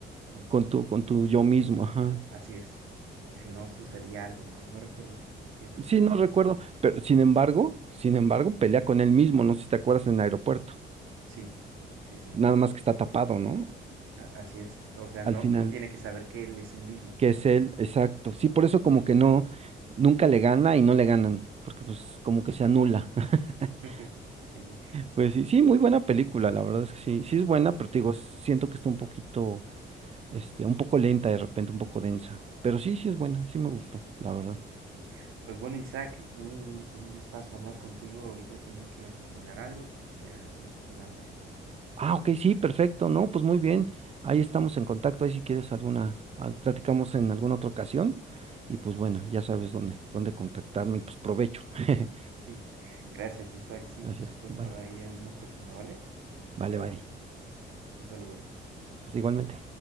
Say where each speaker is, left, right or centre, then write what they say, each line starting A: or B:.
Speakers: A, on the right; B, on the right.
A: con
B: con
A: tu,
B: tu, con tu yo mismo, ajá.
A: así es, que si no sucedía algo, no, no recuerdo qué sucedía.
B: Sí, no recuerdo, pero sin embargo, sin embargo, pelea con él mismo, no sé si te acuerdas en el aeropuerto,
A: Sí, sí, sí,
B: nada más que está tapado, ¿no?
A: a- así es, o sea,
B: Al
A: no,
B: final.
A: no tiene que saber que él es el mismo.
B: que es él, exacto. Sí, por eso como que no, nunca le gana y no le ganan, porque pues como que se anula. <laughs>
A: <laughs> Sí,
B: Pues sí, sí, muy buena película, la verdad es que sí, sí es buena, pero te digo, siento que está un poquito, este, un poco lenta de repente, un poco densa, pero sí, sí es buena, sí me gustó, la verdad.
A: y, pues bueno, Isaac, un, un gustazo hablar contigo, ahorita tengo que ir a cocinar algo porque ya hace un poco de hambre.
B: Ah, ok, sí, perfecto, no, pues muy bien, ahí estamos en contacto, ahí si quieres alguna, al- platicamos en alguna otra ocasión, y pues bueno, ya sabes dónde, dónde contactarme, y pues provecho. <laughs>
A: <laughs> Gracias, Isaac, sí,
B: Gracias,
A: por supuesto,
B: bye,
A: ahí en una próxima, ¿vale?
B: vale,
A: Cuídate.
B: bye,
A: Un saludo.
B: Pues igualmente.